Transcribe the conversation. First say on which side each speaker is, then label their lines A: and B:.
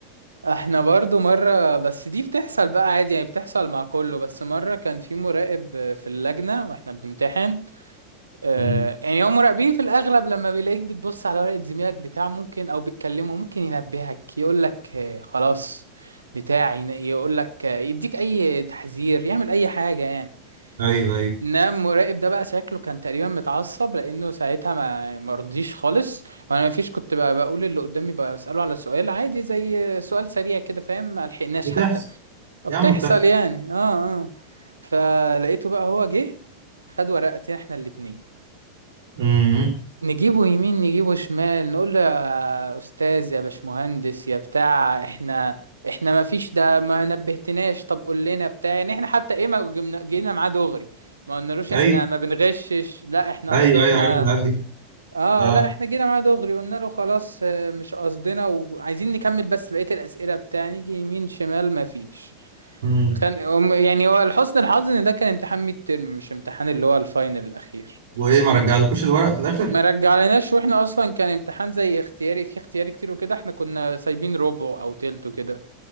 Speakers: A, on the right (about 75°); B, on the right (about 60°).
A: احنا برضو مرة بس دي بتحصل بقى عادي يعني بتحصل مع كله بس مرة كان في مراقب آه، في اللجنة واحنا بنمتحن آه،
B: أمم.
A: يعني هم مراقبين في الاغلب لما بيلاقيك بتبص على ورقة زميلك بتاع ممكن او بتكلمه ممكن ينبهك يقولك آه، خلاص بتاع يقولك آه، يديك اي تحذير يعمل اي حاجة يعني
B: ايوه ايوه
A: انما المراقب ده بقى شكله كان تقريبا متعصب لانه ساعتها ما مرضيش خالص وانا ما فيش كنت بقى بقول اللي قدامي بقى بساله على سؤال عادي زي سؤال سريع كده فاهم ما لحقناش
B: بتحصل
A: حتى
B: يا
A: بتحصل
B: عم بتحصل
A: يعني اه اه فلقيته بقى هو جه خد ورقتين احنا الاتنين
B: امم
A: نجيبه يمين نجيبه شمال نقول له يا استاذ يا باشمهندس يا بتاع احنا احنا ما فيش ده ما نبهتناش طب قول لنا بتاع يعني احنا حتى ايه ما جبنا- جينا معاه دغري ما قلنالوش
B: ايوه
A: احنا ما بنغشش لا احنا
B: ايوه
A: اصل احنا
B: ايوه عارف العيال دي
A: اه
B: اه
A: لا احنا جينا معاه دغري قلنا له خلاص آه، مش قصدنا وعايزين نكمل بس بقية الأسئلة بتاع نيجي يمين شمال ما فيش
B: امم
A: كان يعني هو لحسن الحظ ان ده كان امتحان ميد ترم مش امتحان اللي هو الفاينل الأخير
B: وايه ما رجعلكوش الورق في الاخر
A: ما رجعلناش واحنا اصلا كان امتحان زي اختياري في اختياري كتير وكده احنا كنا سايبين ربع او تلت وكده